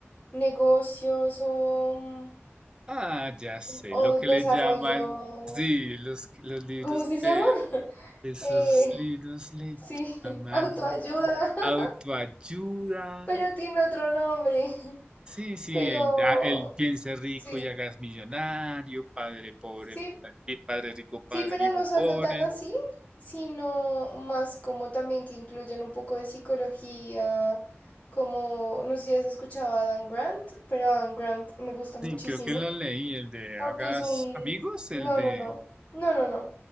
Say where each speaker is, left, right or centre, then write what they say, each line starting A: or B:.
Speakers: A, on the left; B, on the right.
A: negocios o, mm,
B: Ah, ya sé,
A: o
B: lo que
A: desarrollo.
B: le llaman, sí, los, los libros
A: ¿Cómo se llama?
B: de esos
A: Eh,
B: libros le
A: sí, <laughs>
B: llaman
A: autoayuda, <laughs>
B: autoayuda.
A: pero tiene otro nombre.
B: Sí, sí,
A: Pero
B: el, ah, el piense rico
A: sí,
B: y hagas millonario, padre pobre,
A: sí,
B: padre, padre rico, padre
A: Sí, pero
B: hijo
A: no solo
B: pobre.
A: tan así, sino más como también que incluyen un poco de psicología, como no sé si has escuchado a Dan Grant, pero Dan Grant me gusta muchísimo
B: Sí, creo que lo leí, el de
A: porque
B: hagas
A: es un...
B: amigos,
A: No,
B: el de...
A: no, no, no, no, no,